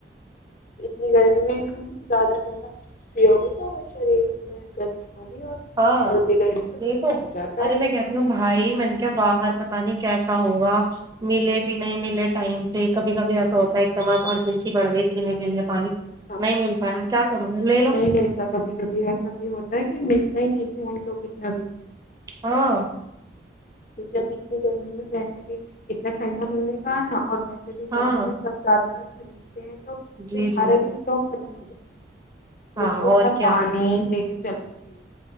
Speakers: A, on the left; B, on the right.
A: نی گرمی میں ایک دم زیادہ ٹھنڈا پیو گے تو شریر میں گرمی ہو اور
B: ہاں
A: سردی گرمی سے
B: نہیں
A: بخار
B: تو
A: جاتا
B: ارے
A: ہے
B: میں کہتی ہوں بھائی میں نے کیا باہر پت نہیں کیسا ہوگا ملے بھی نہیں ملے ٹائم کبھی کبھی ایسا ہوتا ہے ایک دم ایمرجنسی بڑھ گئی پینے کے لیے پانی
A: ہاں
B: نہیں مل پایا کیا کروں گا لے لو
A: نہیں ملتا کبھی کبھی ایسا بھی ہوتا ہے کہ مل کہ نہیں ت ان لو کتنا بھی
B: ہاں
A: کیکہ اب اتنی گرمی میں ویسے بھی اتنا ٹھنڈا ملنے کاا اور ویسے بھی
B: ہاں
A: گرمی میں سب زیادہ ر خریدتے ہیں تو
B: جی
A: پھر
B: جی
A: باہر بھی اسٹاک ختم ہو جاتا ہے تو
B: ہاں
A: اس لیے اپنا
B: اور کیا
A: پانی ل یہ چلنا چیے